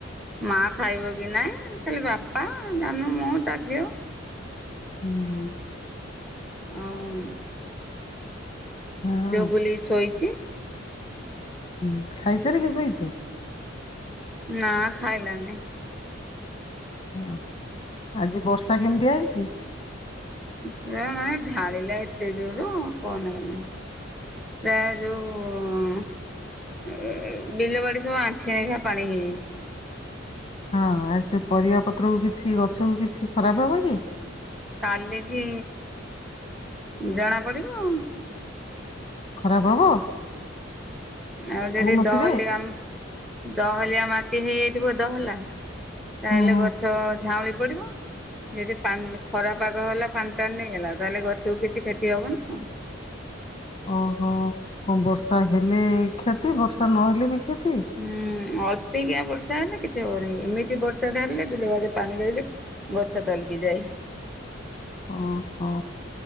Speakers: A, in the centre; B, on the left (about 25°).
A: ମା ଖାଇବ କି ନାହିଁ ଖାଲି ବାପା, ଜାନୁ, ମୁଁ, ତା ଝିଅ।
B: ହଁ ହଁ!
A: ଆଉମ୍
B: ହଁ
A: ଯୋଉ ବୁଲି ଶୋଇଚି।
B: ହୁଁ ଖାଇସାରିକି ଶୋଇଚି?
A: ନା ଖାଇଲାନି।
B: ଓହୋ! ଆଜି ବର୍ଷା କେମିତିଆ ହେଇଚି?
A: ପୁରା ମାନେ ଢାଳିଲା ଏତେ ଜୋରୋ କହନା କହନା। ପ୍ରାୟ ଯଉଁ ଏ ବିଲବାଡି ସବୁ ଆଣ୍ଠି ଆଖିଆ ପାଣି ହେଇଯାଇଚି।
B: ହଁ ଆ ସେ ପରିବା ପତ୍ରକୁ କିଛି ଗଛକୁ କିଛି ଖରାପ ହବ କି?
A: କାଲିକି ଜଣା ପଡିବ ଆଉ।
B: ଖରାପ ହବ?
A: ଆଉ ଯଦି
B: କହୁନଥିବେ
A: ଦହଲିଆମ ଦହଲିଆ ମାଟି ହେଇଯାଇଥିବ ଦହଲା। ତାହେଲେ
B: ହୁଁ ହୁଁ
A: ଗଛ ଝାଉଁଳି ପଡିବ‌। ଯଦି ପାନ୍ ଖରା ପାଗ ହେଲା ପାନ୍ ଟାଣି ନେଇ ହେଲା ତାହେଲେ ଗଛକୁ କିଛି କ୍ଷତି ହବନି। ଆଉ।
B: ଓହୋ କଁ ବର୍ଷା ହେଲେ କ୍ଷତି ବର୍ଷା ନହେଲେ ବି କ୍ଷତି।
A: ହୁଁ ଅଳ୍ପିକିଆ ବର୍ଷା ହେଲେ କିଛି ହବ ନାହିଁ। ଏମିତି ବର୍ଷା ଢାହାରିଲେ ବିଲବାଡ଼ିରେ ପାଣି ରହିଲେ ବଛା ତଲକି ଯାଇ।
B: ଓହୋ